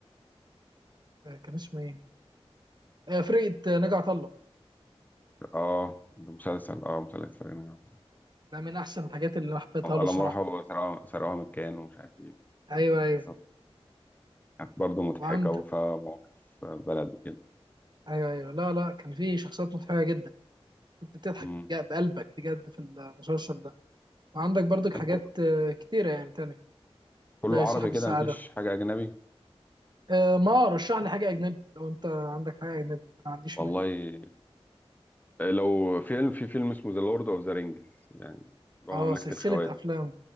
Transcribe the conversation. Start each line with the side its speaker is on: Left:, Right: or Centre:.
Right: آه، كان اسمه ايه آه، فرقه آه، ناجي عطا الله
Left: اه ده مسلسل اه مسلسل فرقة ناجي
Right: ده من احسن الحاجات اللي أنا حبيتها له الصراحه
Left: لما راحوا سرقوها سرقوها من الكيان ومش عارف ايه
Right: ايوه ايوه
Left: قصص كانت برضه مضحكة
Right: وعند
Left: وفيها مواقف بلد وكده
Right: ايوه ايوه لا لا كان في شخصيات مضحكه جدا كنت بتضحك
Left: مم.
Right: بجد- بقلبك بجد في المسلسل ده وعندك برضك حاجات
Left: طب كل-
Right: آه، كتيره يعني تاني
Left: كله
Right: زي
Left: عربي
Right: صاحب
Left: كده
Right: السعاده
Left: مفيش حاجة أجنبي
Right: آه، ما رشح لي حاجه اجنبي لو انت عندك حاجه اجنبي ما عنديش
Left: والله
Right: مانع
Left: لو فيلم في فيلم اسمه ذا لورد اوف ذا رينجز يعني اللي
Right: اه
Left: هو مملكة
Right: سلسله
Left: الخواتم
Right: افلام